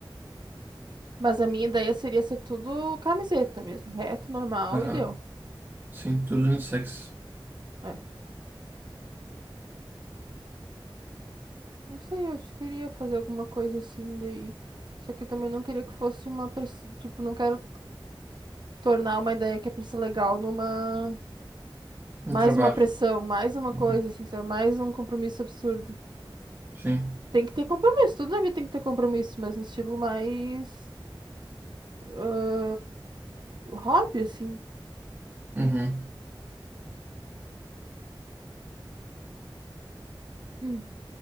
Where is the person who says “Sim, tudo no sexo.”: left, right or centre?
Right